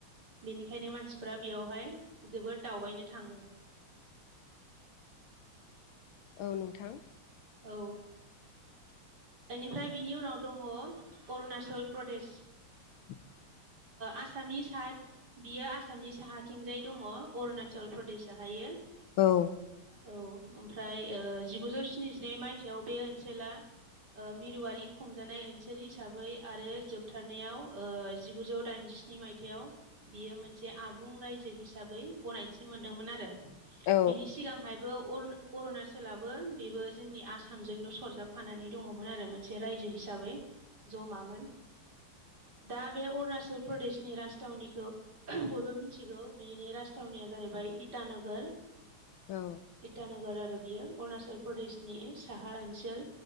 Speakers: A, on the right; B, on the left.
A: बेनिखायनो मानसिफ्रा बेयावहाय जोबोर दावबायनो थाङो।
B: <inaudible> औ नोंथां।
A: औ। बेनिफ्राय बिनि उनाव दङ अरुणाचल प्रदेश
B: <inaudible>
A: आसामि साद बियो आसामनि साहाथिंजाय दङ अरुणाचल प्रदेशआहायो।
B: औ।
A: औ ओमफ्राय जिगुजौ स्निजिनै मायथायाव बे ओनसोला मिरुआरि खुंजानाय ओनसोल हिसाबै आरो जोबथारनायाव ओ जिगुजौ दाइनजिस्नि मायथाइाव बियो मोनसे आबुं रायजो हिसाबै गनायथि मोनदोंमोन आरो।
B: औ
A: बिनि सिगांहायबो अरन अरुणाचलाबो बेबो जोंनि आसामजोंनो सरजाबफानानै दङमोन आरो मोनसे रायजो हिसाबै जमामोन दा बे अरुणाचल प्रदेशनि राजथावनिखौ बयबो मिथिगौ बिनि राजथावनिया जाहैबाय इ टानगर
B: औ
A: इटानगर आरो बियो अरुणाचल प्रदेशनि साहा ओनसोल